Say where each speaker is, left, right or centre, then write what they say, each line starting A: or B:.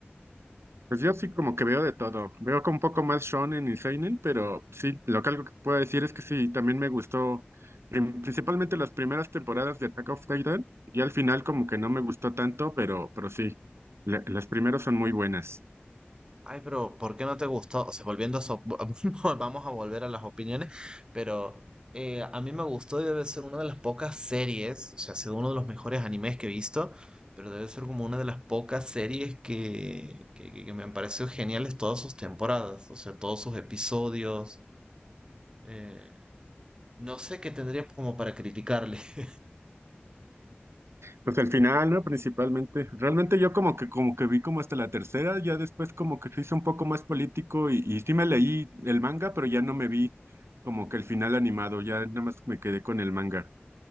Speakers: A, on the right; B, on the right.
A: Pues yo sí como que veo de todo. Veo con un poco más shonen y seinen, pero sí, lo que algo que puedo decir es que sí, también me gustó prim- principalmente las primeras temporadas de Attack of Titan y al final como que no me gustó tanto, pero, pero sí, la- las primeras son muy buenas.
B: Ay, pero ¿por qué no te gustó? O sea, volviendo a eso, <laughs> vamos a volver a las opiniones, pero eh, a mí me gustó y debe ser una de las pocas series, o sea, ha sido uno de los mejores animes que he visto, pero debe ser como una de las pocas series que, que, que- que me han parecido geniales todas sus temporadas, o sea, todos sus episodios. eh, no sé qué tendría como para criticarle. <laughs>
A: Pues al final, ¿no? Principalmente. Realmente yo como que como que vi como hasta la tercera, ya después como que se hizo un poco más político y, y sí me leí el manga, pero ya no me vi como que el final animado, ya nada más me quedé con el manga.